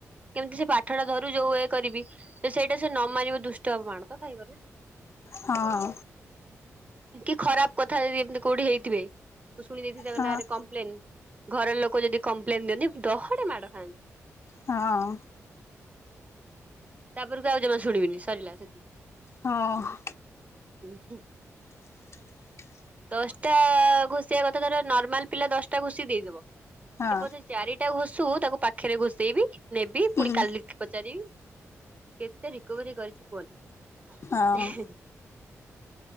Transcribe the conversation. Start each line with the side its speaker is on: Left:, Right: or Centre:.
Right: କେମିତି ସେ ପାଠ ଟା ଧରୁ ଯୋଉ ଏ କରିବି ଯେ ସେଇଟା ସେ ନ ମାରିବ ଦୁଷ୍ଟ ହବ୍ ମାଡା ତ ଖାଇବ ନା।
Left: ହଁ।
Right: କି ଖରାପ କଥା ଯଦି ଏମିତି କୋଉଠି ହେଇଥିବେ ଶୁଣି ଦେଇଥିବି ତାଙ୍କ
Left: ହଁ
Right: ନା ରେ କ୍ ପ୍ଲେନ ଘର ଲୋକ ଯଦି କମ୍ପ୍ଲେନ ଦିଅନ୍ତି ଦହଡେ ମାଡ଼ ଖାଆନ୍ତି।
Left: ହଁ।
Right: ତାପରକୁ ଆଉ ଜମା ଶୁଣିବିନି ସରିଲା ସେତିକି।
Left: ହଁ।
Right: ଉ ହୁଁ।
Left: <unintelligible>
Right: ଦଶଟା ଘୁଷିବା କଥା ଧର ନର୍ମାଲ ପିଲା ଦଶଟା ଘୁଷି ଦେଇଦବ।
Left: ହଁ
Right: ସେ ବୋଧେ ଚାରିଟା ଘୋଷୁ ତାକୁ ପାଖରେ ଘୋଷେଇବି ନେବି
Left: ହୁଁ
Right: ପୁଣି କାଲି ପଚାରିବି। କେତେ ରିକଭରି କରିଛି କୁହନି।
Left: ହଁ